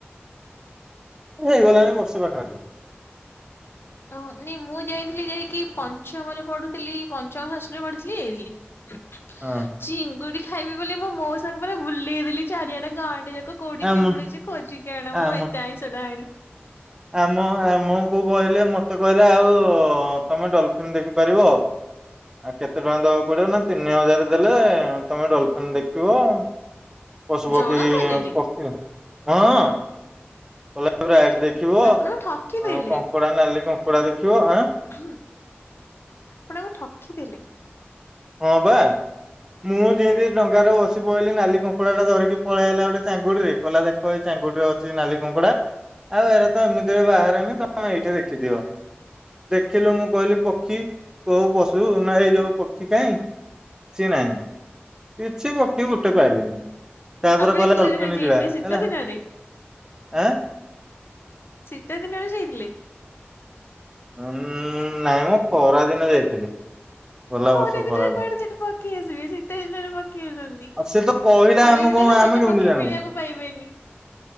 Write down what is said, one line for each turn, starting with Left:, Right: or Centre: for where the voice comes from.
Right: ହେଇଗଲାଣି ବର୍ଷେ ପାଖାପାଖି।
Left: ଓହ ନାଇଁ ମୁଁ ଯାଇଥିଲି ଯାଇକି ପଞ୍ଚମରେ ପଢୁଥିଲି ପଞ୍ଚମ ଷଷ୍ଟ ରେ ପଢିଥିଲି ଯାଇଥିଲି। <unintelligible>
Right: ହଁ।
Left: ଚିଙ୍ଗୁଡି ଖାଇବି ବୋଲି ମୁଁ ମଉସାଙ୍କୁ ପୁରା ଭୁଲି କହିଲି ଚାରିଆଡେ ଗାଆଟା ଯାକ କଉଠି
Right: ଆମ
Left: ଚିଙ୍ଗୁଡ଼ି ଅଛି ଖୋଜିକି ଆଣ ମୁଁ
Right: ଆମ
Left: ଏତେ ଆଇଷ ଡାହାଣି।
Right: ଆମ ଆମକୁ କହିଲେ ମତେ କହିଲେ ଆଉ ତମେ ଡଲଫିିନ ଦେଖିପାରିବ? କେତେ ଟଙ୍କା ଦବାକୁ ପଡିବ? ନା ତିନି ହଜାର ଦେଲେ ତମେ ଡଲଫିନି ଦେଖିବ। <inaudible> ପଶୁପକ୍ଷୀ
Left: ଜଣକା ନେଲେ
Right: ପକ୍ଷୀ ହଁ ଗଲାପରେ ଆଇଡି ଦେ ଦେଖିବ
Left: ଆପଣଙ୍କୁ ଠକି ଦେଲେ।
Right: କଙ୍କଡା ନାଲି କଙ୍କଡା ଦେଖିବ ଆଁ।
Left: ହଁ ଆପଣଙ୍କୁ ଠକି ଦେଲେ।
Right: ହଁ ବା ମୁଁ ଯେମିତି ଡଙ୍ଗାରେ ବସି ପଡିଲି ନାଲି କଙ୍କଡ଼ାଟା ଧରିକି ପଳେଇ ଆଇଲା ଗୋଟେ ଚାଙ୍ଗୁଡିରେ କହିଲା ଦେଖ ଏଇ ଚାଙ୍ଗୁଡିରେ ଅଛି ନାଲି କ କଙ୍କଡା ଆଉ ଏରା ତ ଏମିତିରେ ବାହାରେନି ତମେ ଏଇଠି ଦେଖିଦିଅ। ଦେଖିଲୁ ମୁଁ କହିଲି ପକ୍ଷୀ କୋଉ ପଶୁ ନା ଏଇ ଯୋଉ ପକ୍ଷୀ କାଇଁ କିଛି ନାହିଁ। କିଛି ପକ୍ଷୀ ଗୋଟେ ପାଇଲିନି ତାପରେ
Left: ଆପଣ
Right: କହିଲା
Left: କୋଉ
Right: ଡ଼ଲଫିନି
Left: ଦିନରେ ଯାଇଥିଲେ
Right: ଯିବା
Left: ଶୀତ
Right: ହେଲା।
Left: ଦିନରେ?
Right: ଆଁ।
Left: ଶୀତ ଦିନରେ ଯାଇଥିଲେ?
Right: ଉୁଁ ନାଇଁ ମ ଖରା ଦିନେ ଯାଇଥିଲି। ଗଲା
Left: ଖରା
Right: ବର୍ଷ
Left: ଦିନରେ
Right: ଖରାକୁ
Left: କୁଆଡେ ସେଠି ପକ୍ଷୀ ଆସିବେ ଶୀତ ଦିନରେ ପକ୍ଷୀ ଆସନ୍ତି।
Right: ଆଉ ସେ ତ କହିଲା
Left: ଖରା
Right: ଆମେ
Left: ଦିନରେ
Right: କଣ ଆମେ
Left: ଗୋଟେ
Right: କେମିତି
Left: ପକ୍ଷୀ
Right: ଜାଣିବୁ?
Left: ମିଳିବାକୁ ପାଇବେନି।